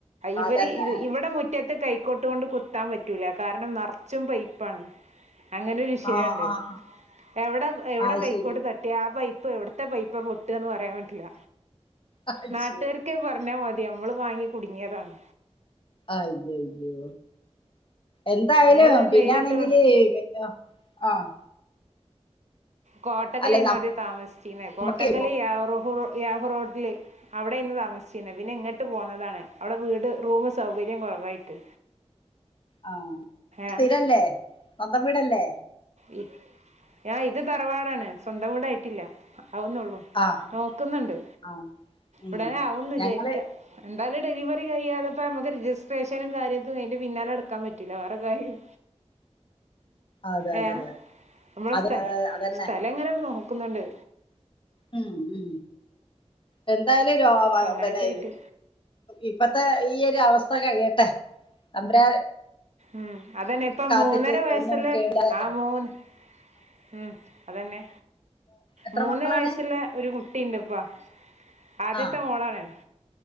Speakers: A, on the right; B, on the left.
A: ഇവര്
B: അതന്നെ
A: ഇവിടെ മു മുറ്റത്ത് കൈക്കോട്ട് കൊണ്ട് കുത്താൻ പറ്റൂല കാരണം നെർച്ചും പൈപ്പാണ്. അങ്ങനെ ഒരു വിഷയംണ്ട്
B: ആ ആ ആ
A: എവിടെ എവിടെ
B: അത്
A: കൈക്കോട്ട
B: ശരി
A: തട്ടി ആ പൈ എവിടത്തെ പൈപ്പ പൊട്ടന്ന് പറയാൻ പറ്റില്ല
B: അയ്യോ
A: നാട്ടുകാര്ക്ക് പറഞ്ഞാ മതി നമ്മള് വാങ്ങി കുടുങ്ങിയതാണ്.
B: അയ്യയ്യോ എന്തായാലും
A: നമ്മൾ
B: പിന്നാണെങ്കില്
A: നേരിട്ട്
B: പിന്ന ആഹ്
A: കോട്ടക്കലന്ന
B: അല്ല
A: ആദ്യം താമസിച്ചിന്നേ
B: നമുക്ക്
A: കോട്ടക്കല് യാ യാഹു റോഡില് അവിടെന്ന് താമ താമസിച്ചിനേ പിന്നെ ഇങ്ങട്ട് പോന്നതാണ് അവിടെ വീട് റൂം സൗകര്യം കുറവായിട്ട്.
B: ആ സ്ഥിരല്ലേ
A: ഏ
B: സ്വന്തം വീടല്ലേ?
A: ഇ ആ ഇത് ആ ഇത്റവാടാണ് സ്വന്തം വീടായിട്ടില്ല. ആവുന്നുള്ളൂ
B: ആ
A: നോക്കുന്ന്ണ്ട്.
B: ആ ഉം
A: ഉടനെ ആവന്ന്
B: ഞങ്ങള്
A: വിചാരിക്ക എന്തായാലും ഡെലിവറി കഴിയാതെ പ്പ നമുക്ക് രജിസ്ട്രേഷനും കാര്യതു അയിന്റെ പിന്നാലെടുക്കൻ പറ്റൂല്ല വേറെ കാര്യം
B: അതെ
A: ഏ
B: അതെ അതെ
A: നമ്മള
B: അത്
A: സ്ഥേ
B: അതന്നെ
A: സ്ഥല എങ്ങനെ നോ ക്കുന്നുണ്ട്.
B: ഉം ഉ എ എന്തായാലും രോഗ
A: അപ്പൊ അങ്ങനൊക്കെ
B: പിന്നെ
A: ആയിട്ട്
B: ഇപ്പത്തെ ഈ ഒരു അവസ് സ്ഥ കഴിയട്ടെ അമ്പ്ര
A: ഉം അതന്നെ ഇപ്പ
B: കാത്തിട്ട്
A: മൂന്നര വയസ്സില്
B: ഒന്നും കേടില്ല.
A: ആ മൂന്ന് ഉം അതന്നെ
B: എത്ര
A: മൂന്ന്
B: മക്കളാണ്
A: വയസുള്ള ഒരു കുട്ടിണ്ട് ഇപ്പാ. ആദ്യത്തെ
B: ആ
A: മോളാണ്